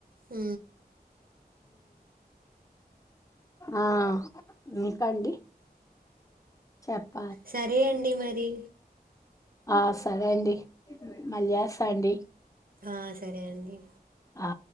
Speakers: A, on the right (about 60°); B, on the left (about 20°).
A: ఆ
B: ఆ ఇంకా అండి చెప్ప
A: సరే అండి మరి
B: ఆ సరే అండి మళ్యాస అండి
A: ఆ సరే అండి
B: ఆ